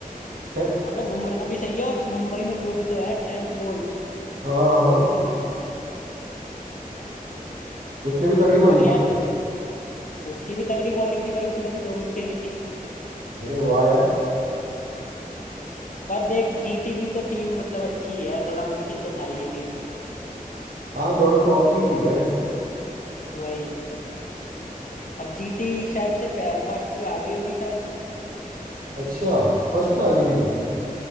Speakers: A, on the right (about 75°); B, on the left (about 60°).
A: यार खैर
B: अबे बुमराह भी सही है और मुंबई में वो भी तो है ट्रेंट बोल्ट
A: हाँ हाँ
B: वो भी
A: हाँ
B: तो तगड़ा है
A: उसने भी तगड़ी बॉलिंग
B: पर यार
A: की क्या
B: उसकी भी तगड़ी बॉलिंग थी भाई उसने भी दो विकेटें ली थी
A: अरे वाह यार
B: पर देख जीटी भी तो टीम मतलब अच्छी है थोड़ा मुश्किल तो था ही ये गेम
A: हाँ दोनों टॉप की टीम है
B: वही अब जीटी शायद से फर्स्ट पे आ गई होगी शायद
A: अच्छा फर्स्ट पे आ गई जीटी